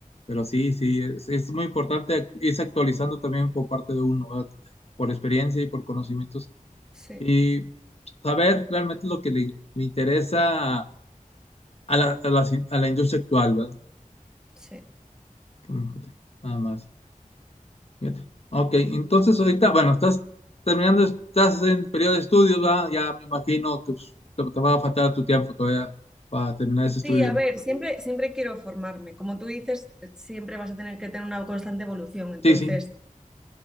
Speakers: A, on the left; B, in the centre.
A: Pero sí, sí, es, es muy importante irse actualizando también por parte de uno, ¿verdad? Por experiencia y por conocimientos.
B: sí,
A: Y saber realmente lo que le, le interesa a la, a la a la industria actual, ¿verdad?
B: sí.
A: Que me fíjate, Nada más. Fíjate. Ok, entonces ahorita, bueno, estás terminando, estás en periodo de estudios, ¿verdad? Ya me imagino que pues, te, te va a faltar tu tiempo todavía para terminar ese estudio.
B: Sí, a ver, siempre, siempre quiero formarme. Como tú dices, siempre vas a tener que tener una constante evolución. Entonces,
A: Sí, sí.